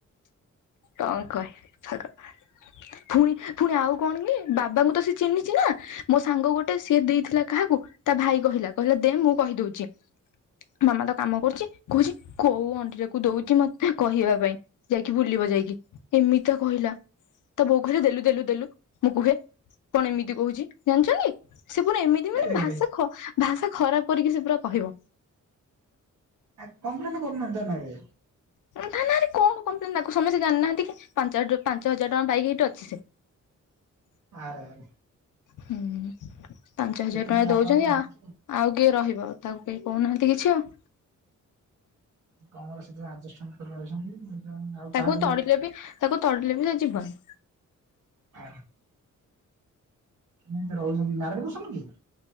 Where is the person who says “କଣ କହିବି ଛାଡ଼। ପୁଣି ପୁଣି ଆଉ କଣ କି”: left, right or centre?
Left